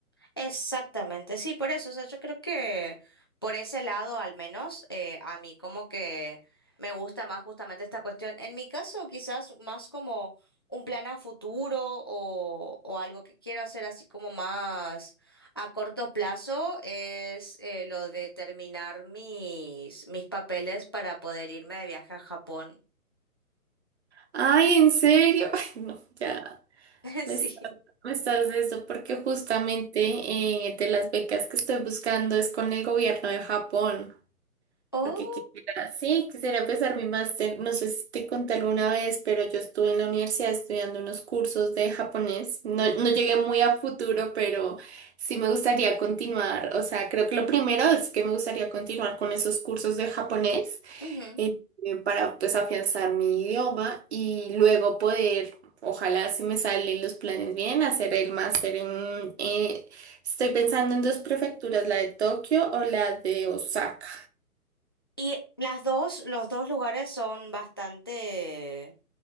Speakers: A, on the left; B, on the right.
A: Exactamente, sí, por eso, o sea, yo creo que por ese lado al menos eh, a mí como que me gusta más justamente esta cuestión. En mi caso quizás más como un plan a futuro o, o algo que quiero hacer así como más a corto plazo es eh, lo de terminar mis, mis papeles para poder irme de viaje a Japón.
B: Ay, ¿en serio? <laughs> Ay, no, ya
A: <laughs>
B: me
A: Sí.
B: estás, me estás de eso porque justamente eh, de las becas que estoy buscando es con el gobierno de Japón.
A: Oh,
B: Porque quisiera, sí, quisiera empezar mi máster. No sé si te conté alguna vez, pero yo estuve en la universidad estudiando unos cursos de japonés. No, no llegué muy a futuro, pero sí me gustaría continuar. O sea, creo que lo primero es que me gustaría continuar con esos cursos de japonés
A: Ujú.
B: eh, eh, para pues afianzar mi idioma y luego poder, ojalá si me salen los planes bien, hacer el máster en... eh, estoy pensando en dos prefecturas, la de Tokio o la de Osaka.
A: Y las dos, los dos lugares son bastante...